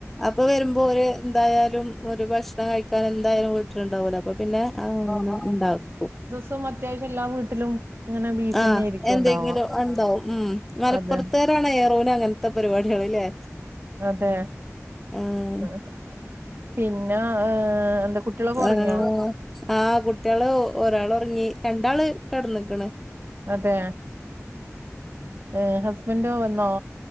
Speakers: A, in the centre; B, on the right (about 50°).
A: അപ്പൊ വരുമ്പോര് എന്തായാലും ഒരു ഭക്ഷണം കഴിക്കാൻ എന്തായാലും വീട്ടില്ണ്ടാവൂലോ. അപ്പൊ പിന്നെ അങ്ങനെ ഇണ്ടാക്കും.
B: പ്പം അത്യാവശം എല്ലാ വീട്ടിലും ഇങ്ങനെ ബീഫ്
A: ആഹ്
B: തന്നെ ആയിരിക്കും
A: എന്തെങ്കിലും
B: ഉണ്ടാവുക
A: ഇണ്ടാവും ഉം. മലപ്പുറത്തെ
B: അതെ
A: ത്താണ് ഏറോന അങ്ങനത്തെ പരിപാടികള്ല്ലേ?
B: അതെ
A: ഉം
B: ആഹ്. പിന്നാ ഈഹ് എന്താ കുട്ടികളൊക്കെ ഒറങ്ങിയോ?
A: ആഹ് ആഹ് കുട്ടികള് ഒരാള് ഒറങ്ങി. രണ്ടാള് കെടന്ന്ക്ക്ണ്.
B: അതേ? ഏഹ് ഹസ്ബന്റോ വന്നോ?